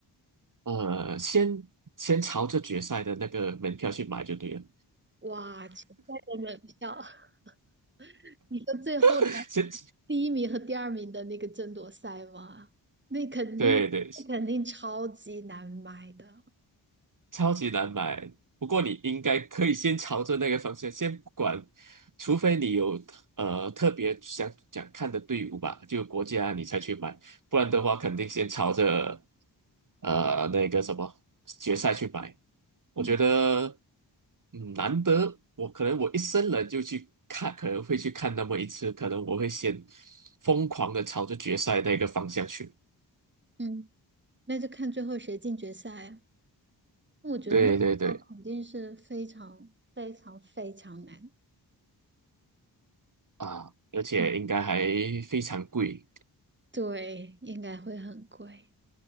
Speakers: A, on the right (about 45°); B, on the right (about 25°).
A: 呃，先先朝着决赛的那个门票去买就对了。
B: 哇，决赛的门票，<laughs> 你说最后的
A: <laughs> 先，
B: 第一名和第二名的那个争夺赛吗？那肯定，
A: 对对，
B: 那肯定超级难买的。
A: 超级难买。不过你应该可以先朝着那个方向，先不管，除非你有呃特别想想看的队伍吧，就国家你才去买，不然的话肯定先朝着呃那个什么决赛去买。我觉得
B: 嗯
A: 嗯难得，我可能我一生人就去看，可能会去看那么一次，可能我会先疯狂的朝着决赛那个方向去。
B: 嗯。那就看最后谁进决赛啊。我觉得那个哦，
A: 对对对，
B: 肯定是非常非常非常难。
A: 啊，而且应该还非常贵。
B: <laughs> 啊对，应该会很贵